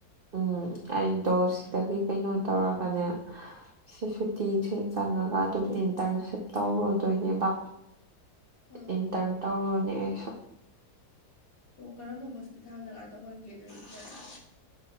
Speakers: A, on the right; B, on the left.
A: ꯎꯝ ꯑꯩꯗꯣ ꯁꯤꯗꯥꯒꯤ ꯀꯩꯅꯣ ꯇꯧꯔꯥꯒꯅꯦ꯫ ꯁꯤ ꯁꯨꯇꯤꯁꯦ ꯆꯪꯉꯥꯒ ꯑꯗꯨꯝ ꯏꯟꯇ꯭ꯔꯟꯁꯤꯞ ꯇꯧꯔꯨꯗꯣꯏꯅꯦꯕ꯫
B: ꯑꯥ
A: ꯏꯟꯇ꯭ꯔꯟ ꯇꯧꯔꯣꯅꯦ ꯑꯩꯁꯨ꯫
B: ꯑꯣ ꯀꯔꯝꯕ ꯍꯣꯁꯄꯤꯇꯥꯜꯗꯒ ꯇꯧꯍꯟꯒꯦ ꯅꯣꯏ ꯏꯟꯇꯜꯗꯣ꯫